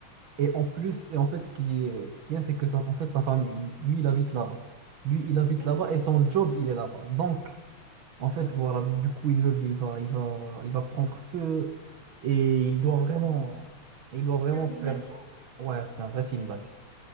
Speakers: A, on the right; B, on the right.
A: et en plus, et en fait, ce qui est bien, c'est que ça, en fait, sa famille, il- lui, il habite là-bas. Lui, il habite
B: D'accord.
A: là-bas et son job, il est là-bas. Donc, en fait,
B: Ouais.
A: voilà, du coup, l'immeuble, il va, il va, il va prendre feu et il doit vraiment,
B: Ouais.
A: il doit vraiment
B: C'est un film
A: faire,
B: d'action?
A: ouais, un vrai film d'action.